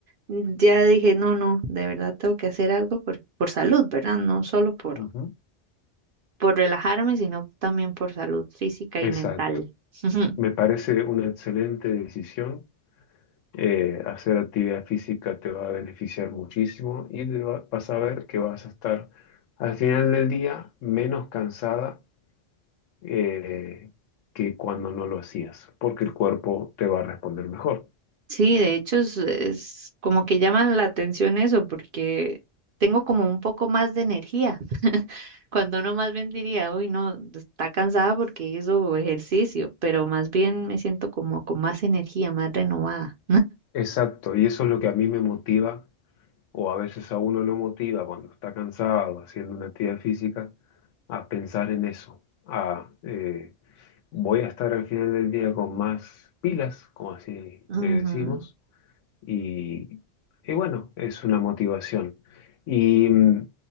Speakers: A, on the right; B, on the left.
A: ya dije, no, no, de verdad tengo que hacer algo por, por salud, ¿verdad? No solo por,
B: ujú,
A: por relajarme, sino también por salud física
B: exacto.
A: y mental. <laughs>
B: Me parece una excelente decisión. Eh, hacer actividad física te va a beneficiar muchísimo y te va- vas a ver que vas a estar al final del día menos cansada eh, que cuando no lo hacías, porque el cuerpo te va a responder mejor.
A: Sí, de hecho es, es como que llaman la atención eso, porque tengo como un poco más de energía. Cuando uno más bien diría, uy, no, está cansada porque hizo ejercicio, pero más bien me siento como con más energía, más renovada.
B: Exacto, y eso es lo que a mí me motiva, o a veces a uno lo motiva cuando está cansado haciendo una actividad física, a pensar en eso, a eh, voy a estar al final del día con más pilas, como así
A: Ujú.
B: le decimos, y, y bueno, es una motivación. Y mm,